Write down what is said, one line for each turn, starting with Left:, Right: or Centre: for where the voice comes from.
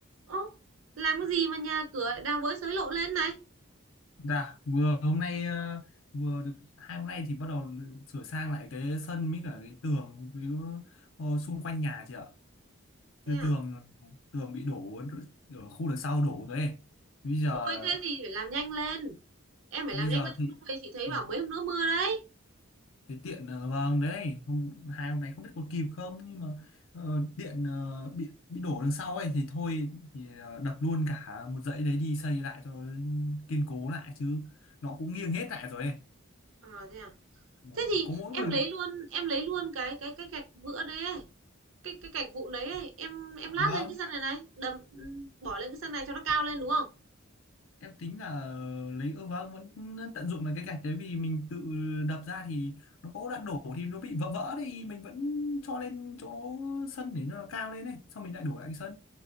Right: Ô, làm cái gì mà nhà cửa lại đào bới xới lộ lên này?
Left: Dạ, vừa hôm nay ờ, vừa được hai hôm nay thì bắt đầu sửa sang lại cái sân với cả cái tường với ờ, xung quanh nhà chị ạ.
Right: Thế
Left: Chứ
Right: à?
Left: tường tường bị đổ ở khu đằng sau đổ rồi ấy. Bây giờ
Right: Ôi, thế thì phải làm nhanh lên. Em phải
Left: thì
Right: làm
Left: bây
Right: nhanh
Left: giờ
Right: lên
Left: thì
Right: không thì chị thấy
Left: ừ,
Right: bảo mấy hôm nữa mưa đấy.
Left: thì tiện ờ, vâng đấy, hôm hai hôm nay không biết có kịp không nhưng mà ờ, điện ờ, bị bị đổ đằng sau ấy thì thôi thì ờ, đập luôn cả một dãy đấy đi xây lại cho kiên cố lại chứ nó cũng nghiêng hết lại rồi ấy.
Right: À, thế à?
Left: Vâng.
Right: Thế thì
Left: Có mỗi
Right: em
Left: người
Right: lấy luôn, em lấy luôn cái cái cái gạch vữa đấy ấy. Cái cái gạch vụn đấy ấy. Em em
Left: À,
Right: lát
Left: vâng
Right: lên cái sân này này, đầm bỏ lên cái sân này cho nó cao lên đúng không?
Left: em tính là lấy ơ vâng vẫn tận dụng được cái gạch đấy vì mình tự đập ra thì nó có đoạn đổ thì nó bị vỡ vỡ thì mình vẫn cho lên chỗ sân để cho nó cao lên này xong mình lại đổ lại cái sân